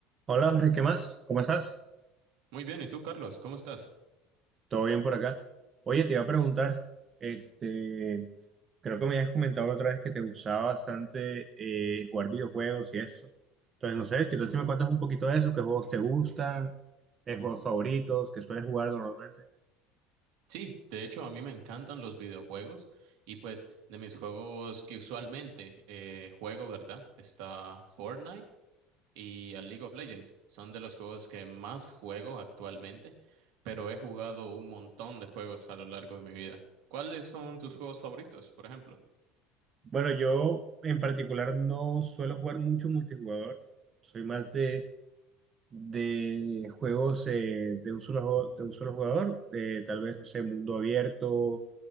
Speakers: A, on the right (about 30°); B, on the right (about 70°).
A: Hola, Jorge, ¿qué más? ¿Cómo estás?
B: Muy bien, ¿y tú, Carlos? ¿Cómo estás?
A: ¿Todo bien por acá? Oye, te iba a preguntar, este, creo que me habías comentado la otra vez que te gustaba bastante eh, jugar videojuegos y eso. Entonces, no sé, ¿qué tal si me cuentas un poquito de eso? ¿Qué juegos te gustan? ¿Qué juegos favoritos? ¿Qué sueles jugar normalmente?
B: Sí, de hecho, a mí me encantan los videojuegos y pues de mis juegos que usualmente eh, juego, ¿verdad? Está Fortnite y a League of Legends. Son de los juegos que más juego actualmente, pero he jugado un montón de juegos a lo largo de mi vida. ¿Cuáles son tus juegos favoritos, por ejemplo?
A: Bueno, yo en particular no suelo jugar mucho multijugador. Soy más de de juegos eh, de un solo, jo- de un solo jugador, de tal vez, no sé, mundo abierto,